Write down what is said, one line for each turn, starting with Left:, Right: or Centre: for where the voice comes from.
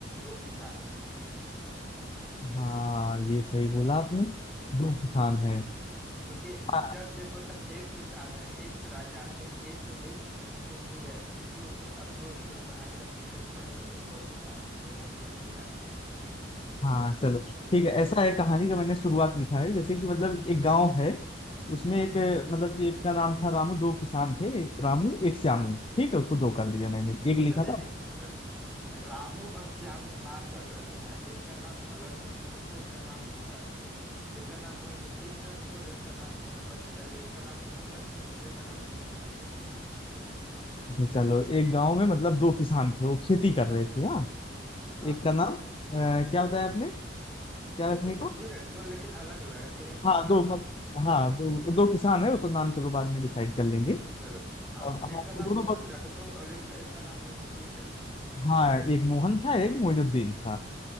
Centre: दो किसान है
Left: हाँ ये सही बोला आपने दो किसान है
Centre: क्योंकि
Left: हाँ
Centre: जब देखो तब एक किसान है एक राजा है एक एक कुछ भी है तो क- अब दो लिखो कहानी का सिस्टम थोड़ा बदलो दो किसान है दोनों खेत में जाते हैं
Left: हाँ चलो ठीक है ऐसा है कहानी का मैंने शुरुआत लिखा है जैसे कि मतलब एक गांव है उसमें एक मतलब कि एक का नाम था रामू दो किसान थे एक रामू एक श्यामू ठीक है उसको दो कर दिया मैंने एक लिखा
Centre: अच्छा नहीं
Left: था
Centre: नहीं र- रामू और श्यामू नाम गड़बड़ लग रहा है एक का नाम अलग रखो एक का नाम दूसरा रखो एक का नाम मोइनुद्दीन रखो और एक का नाम मोहम्मद अरे एक का नाम मोहन रखो दूसरे का नाम मोइनुद्दीन रखो कुछ इस तरह से
Left: अच्छा, चलो एक गांव में मतलब दो किसान थे वो खेती कर रहे थे हाँ
Centre: हाँ
Left: एक
Centre: हाँ
Left: का नाम अ, क्या बताया आपने क्या रखने
Centre: कु- कुछ
Left: को
Centre: भी रख दो लेकिन अलग अलग रखो एक
Left: हाँ
Centre: का नाम
Left: दो मत, हाँ दो
Centre: अ,
Left: दो किसान है वो तो नाम चलो बाद में डिसाइड कर लेंगे
Centre: चलो हाँ
Left: और
Centre: हाँ,
Left: हाँ
Centre: एक का नाम
Left: वो दोनों
Centre: मोहन
Left: बस
Centre: रख दो और एक एक का नाम मोइनुद्दीन रख दो
Left: हाँ एक मोहन था एक मोइनुद्दीन था